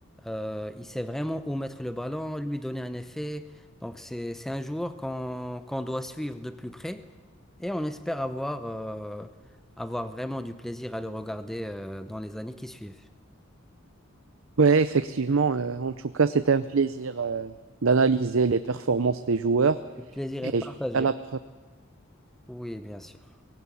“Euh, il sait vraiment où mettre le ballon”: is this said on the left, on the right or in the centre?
Centre